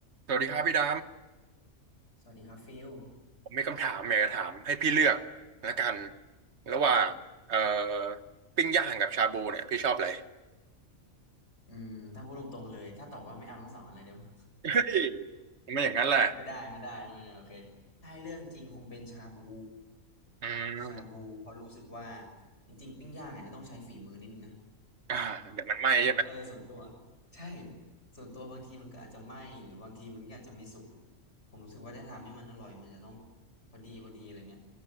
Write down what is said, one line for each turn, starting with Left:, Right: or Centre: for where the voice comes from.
Right: สวัสดีครับพี่ด
Left: สวัสดีครับฟิล
Right: ำ ผมมีคำถามอยากจะถามให้พี่เลือกละกันระหว่างเอ่อปิ้งย่างกับชาบูเนี่ยพี่ชอบอะไร
Left: อืมถ้าพูดตรงๆเลยถ้าตอบว่าไม่เอาทั้งสองอันเลยได้ปะ
Right: เฮ้ยทำ <laughs> ไม่อย่างนั้นแหละ
Left: <laughs> ไม่ได้ไม่ได้ไม่ได้โอเคถ้าให้เรื่องจริงคงเป็นชาบู
Right: อืม
Left: ชาบูเพราะรู้สึกว่าจริงๆปิ้งย่างอาจจะต้องใช้ฝีมือนิดนึงนะ
Right: อ่าเดี๋ยวมันไหม้ใช่ไหม
Left: เออส่วนตัวใช่ส่วนตัวบางทีมันก็อาจจะไหม้หรือบางทีมันก็อาจจะไม่สุกผมรู้สึกว่าถ้าทำให้มันอร่อยมันจะต้องพอดีพอดีอะไรเงี้ย